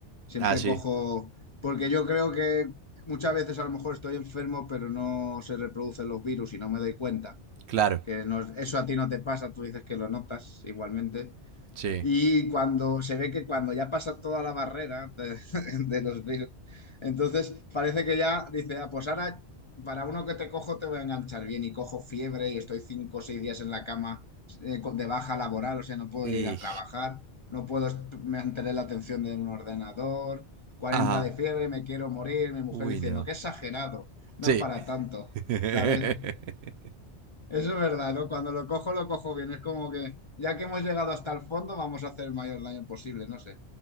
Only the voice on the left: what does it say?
Siempre
cojo, porque yo creo que muchas veces a lo mejor estoy enfermo, pero no se reproducen los virus y no me doy cuenta.
Que no- eso a ti no te pasa, tú dices que lo notas igualmente.
Y cuando se ve que cuando ya pasa toda la barrera de, <laughs> de los Bills, entonces parece que ya dice, ah, pues ahora para uno que te cojo te voy a enganchar bien y cojo fiebre y estoy cinco o seis días en la cama eh, con- de baja laboral, o sea, no puedo
ir a trabajar, no puedo est- mantener la atención de un ordenador, cuarenta
de fiebre, me quiero morir, mi mujer
diciendo,
qué exagerado, no
es para tanto,
¿sabes? Eso es verdad, ¿no? Cuando lo cojo, lo cojo bien. Es como que ya que hemos llegado hasta el fondo, vamos a hacer el mayor daño posible, no sé.